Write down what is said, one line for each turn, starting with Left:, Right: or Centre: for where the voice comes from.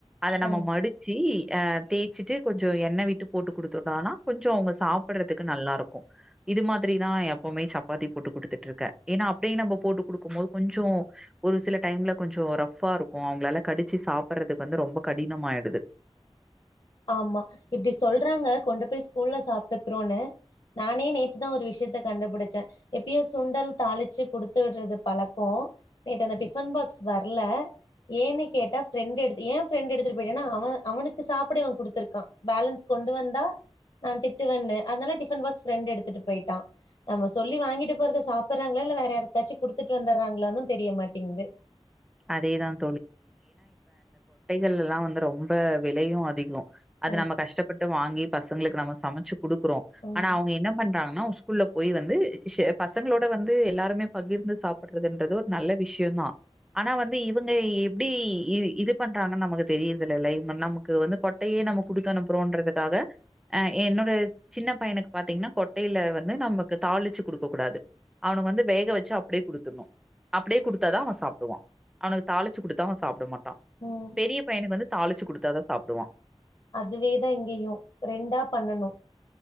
Centre: அத நம்ம
Left: ஆ
Centre: மடிச்சி அ தேய்ச்சிட்டு கொஞ்ச எண்ண விட்டு போட்டு குடுத்துட்டானா கொஞ்ச அவங்க சாப்ட்றதுக்கு நல்லாருக்கு இது மாதிரிதா எப்புமே சப்பாத்தி போட்டு குடுத்துட்ருக்க ஏனா அப்டியே நம்ம போட்டு குடுக்கும் போது கொஞ்சோ ம் ஒரு சில டைம்ல கொஞ்ச ரஃப்பாருக்கு அவங்ளால கடிச்சு சாப்டறதுக்கு வந்து ரொம்ப கடினமாயிடுது
Left: <inaudible> ஆமா இப்டி சொல்றாங்க கொண்டு போய் ஸ்கூல்ல சாப்ட்டுக்றோன்னு நானே நேத்துதா ஒரு விஷ்யம் த்த கண்டுபுடிச்ச எப்பியு சுண்டல் தாளிச்சு குடுத்துவிட்றது பழக்கோ நேத்து அந்த டிஃபன் பா க்ஸ் வர்ல ஏன்னு கேட்டா பிரெண்ட் எடுத் ஏ பிரெண்ட் எடுத்துட்டு போய்ட்டானா அவ அவனுக்கு சாப்ட இவ குடுத்ருக்கா பேலன்ஸ் கொண்டு வந்தா நா திட்டுவன்னு அதனால டிஃபன் பாக்ஸ் பிரெண்ட்டு எடுத்துட்டு போய்ட்டா நம்ம சொல்லி வாங்கிட்டு போறத சாப்றாங்ளா இல்ல வேற யாருக்காச்சு குடுத்துட்டு வந்தறாங்ளானு தெரியமாட்டேங்து
Centre: அதேதான் தலலாம் வந்து ரொம்ப விலையு அதிக அது
Left: ம்
Centre: நம்ம கஷ்டப்பட்டு வாங்கி பசங்ளுக்கு நம்ம சமச்சு குடுக்குறோ
Left: ம்
Centre: ஆனா அவங்க என்ன பண்றாங்கனா ஸ்கூல்ல போய் வந்து பசங்ளோட வந்து எல்லாருமே பகிர்ந்து சாப்றதுன்றது ஒரு நல்ல விஷ்யந்தா ஆனா வந்து இவங்க எப்டி இ இது பண்றாங்கன் நமக்கு தெரியரதுலல இவுங்க நமக்கு வந்து கொட்டையே நம்ம குடுத்துனுப்புறோன்றதுக்காக என்னோட சின்ன பையனுக்கு பாத்தீங்னா கொட்டைல வந்து நமக்கு தாளிச்சு குடுக்கக்கூடாது அவனுக்கு வந்து வேக வச்சு அப்டியே குடுத்துன்னு அப்டியே குடுத்தாதா அவ சாப்டுவா அவனுக்கு தாளிச்சு கொடுத்தா அவன் சாப்பிட மாட்டா
Left: ம்
Centre: பெரிய பையனுக்கு வந்து தாளிச்சு கொடுத்தாாதான் சாப்டுவா
Left: அதுவே தான் இங்கயும் ரெண்டா பண்ணனு